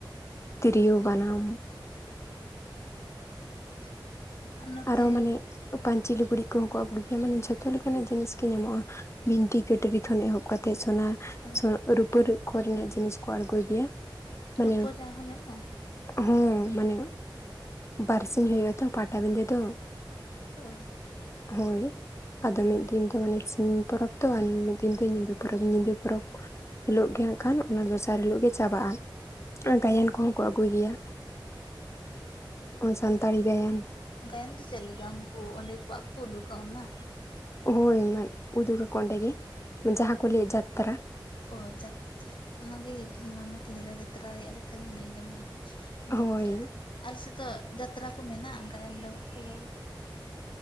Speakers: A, on the left; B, on the left.
A: ᱛᱤᱨᱭᱳ ᱵᱟᱱᱟᱢ
B: <inaudible> ᱱᱚᱛᱮ
A: ᱟᱨᱚ ᱢᱟᱱᱮ ᱯᱟᱹᱧᱪᱤ ᱞᱩᱜᱽᱲᱤᱡ ᱠᱚᱦᱚᱸ ᱠᱚ ᱟᱹᱜᱩᱭ ᱜᱮᱭᱟ ᱢᱟᱱᱮ ᱡᱷᱚᱛᱚ ᱞᱮᱠᱟᱱᱟᱜ ᱡᱤᱱᱤᱥ ᱜᱮ ᱧᱟᱢᱚᱜᱼᱟ᱾ ᱵᱤᱱᱴᱤ ᱠᱟᱹᱴᱟᱹᱨᱤ ᱠᱷᱚᱱ ᱮᱦᱚᱵ ᱠᱟᱛᱮᱫ ᱥᱚᱱᱟ,
B: ᱚ
A: ᱨᱩᱯᱟᱹ ᱠᱚᱨᱮᱱᱟᱜ ᱡᱤᱱᱤᱥ ᱠᱚ ᱟᱬᱜᱚᱭ ᱜᱮᱭᱟ᱾ ᱢᱟᱱᱮ
B: ᱨᱩᱯᱟᱹ ᱨᱮᱭᱟᱜ ᱦᱚᱸ ᱧᱟᱢᱚᱜᱼᱟ?
A: ᱦᱚᱸ ᱢᱟᱱᱮ ᱵᱟᱨᱥᱤᱧ ᱦᱩᱭᱩᱜ ᱟᱛᱚ ᱯᱟᱴᱟᱵᱤᱫᱟᱹ ᱫᱚ
B: ᱚ
A: ᱦᱳᱭ ᱟᱫᱚ ᱢᱤᱫ ᱫᱤᱱ ᱛᱮ ᱢᱟᱱᱮ ᱥᱤᱧ ᱯᱚᱨᱚᱵᱽ ᱛᱚ ᱟᱨ ᱢᱤᱫ ᱫᱤᱱ ᱫᱚ ᱧᱤᱫᱟᱹ ᱯᱚᱨᱚᱵᱽ ᱧᱤᱫᱟᱹ ᱯᱚᱨᱚᱵᱽ᱾ ᱦᱤᱞᱚᱜ ᱜᱮ ᱦᱟᱸᱜ ᱠᱷᱟᱱ ᱚᱱᱟ ᱫᱚᱥᱟᱨ ᱦᱤᱞᱚᱜ ᱜᱮ ᱪᱟᱵᱟᱜᱼᱟ᱾ ᱜᱟᱭᱟᱱ
B: ᱚ
A: ᱠᱚᱦᱚᱸ ᱠᱚ ᱟᱹᱜᱩᱭ ᱜᱮᱭᱟ᱾ ᱥᱟᱱᱛᱟᱲᱤ ᱜᱟᱭᱟᱱ᱾
B: ᱜᱟᱭᱟᱱ ᱫᱚ ᱪᱮᱫ ᱞᱮᱠᱟ ᱩᱱᱠᱩ ᱚᱸᱰᱮ ᱠᱚ <unintelligible> ᱠᱚ ᱩᱰᱩᱠᱟ ᱚᱱᱟ?
A: ᱦᱚᱭ ᱢᱟᱱ ᱩᱫᱩᱜᱟᱠᱚ ᱚᱸᱰᱮ ᱜᱮ ᱡᱟᱦᱟᱸ ᱠᱚ ᱞᱟᱹᱭ ᱡᱟᱛᱨᱟ᱾
B: ᱚ ᱡᱟᱛ ᱚᱱᱟᱜᱮ ᱢᱟᱱᱮ ᱛᱤᱧ ᱞᱟᱹᱭ ᱫᱚ ᱡᱟᱛᱨᱟ ᱨᱮᱭᱟᱜ ᱠᱟᱛᱷᱟ ᱜᱮᱤᱢ ᱞᱟᱹᱭ ᱫᱟ ᱢᱚᱱᱮ ᱦᱚᱭ᱾
A: ᱦᱳᱭ
B: ᱡᱟᱛᱨᱟ ᱟᱞᱮ ᱥᱮᱫ ᱫᱚ ᱡᱟᱛᱨᱟ ᱠᱚ ᱢᱮᱱᱟᱜᱼᱟ ᱜᱟᱭᱟᱱ ᱫᱚ ᱵᱟᱠᱚ ᱞᱟᱹᱭᱫᱟ᱾